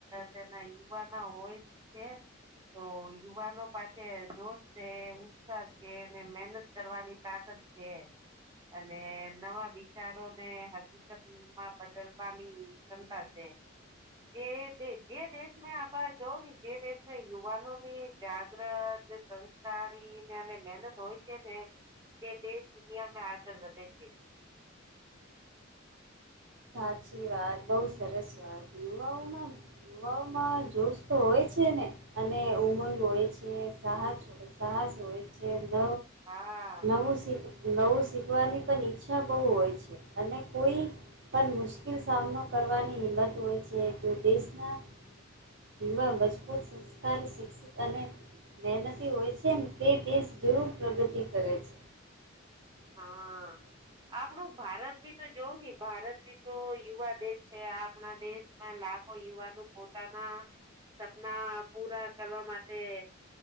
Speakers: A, on the right; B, on the right.
A: તેના યુવા ના હોય તો યુવાનો પાસે જોશ છે ઉત્સાહ છે અને મહેનત કરવાની તાકત છે અને નવા વિચારો ને હકીકત માં બદલવાની ક્ષંતા છે જે જે દેશમાં આપડ જોવ ને જે દેશમાં યુવાનોની જાગ્રત સંસ્કારીને અને મહેનત હોય છે ને તે દેશ દુનિયામાં આગળ વધે છે
B: સાચી વાત બહુ સરસ વાત યુવાઓ માન દુવામાં જોુસ તો હોય છે ને અને ઉમંગ હોય છે સાહ છો તો સાહસ હોય છે નવ
A: હા
B: નવું સીટ નવું શીખવાની પણ ઈચ્છા બહુ હોય છે અને કોઈ પણ મુશ્કેલ સામનો કરવાની હિંમત હોય છે જો દેશના યુવા મજબૂત સંસ્કારી શિક્ષિત અને મહેનતી હોય છે તે દેશ જરૂર પ્રગતિ કરે છે <inaudible>
A: હા આપણું ભારત બી તો જોવું ને ભારત બી તો યુવા દેશ છે આપણા દેશ લાખો યુવાનો પોતાના સપના પૂરા કરવા માટે